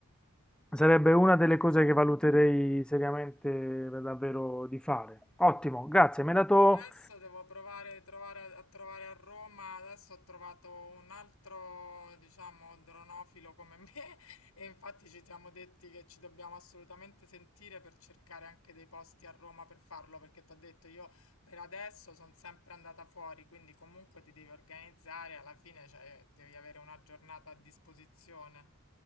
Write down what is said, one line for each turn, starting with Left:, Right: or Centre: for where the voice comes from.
Centre: sarebbe una delle cose che valuterei seriamente eh, davvero di fare. Ottimo, grazie, mi hai dato
Left: Adesso devo provare trovare- a trovare a Roma. Adesso ho trovato un altro, diciamo, dronofilo come me. <laughs> E infatti ci siamo detti che ci dobbiamo assolutamente sentire per cercare anche dei posti a Roma per farlo. Perché ti ho detto, io per adesso sono sempre andata fuori. Quindi comunque ti devi organizzare. Alla fine, cioè, devi avere una giornata a disposizione.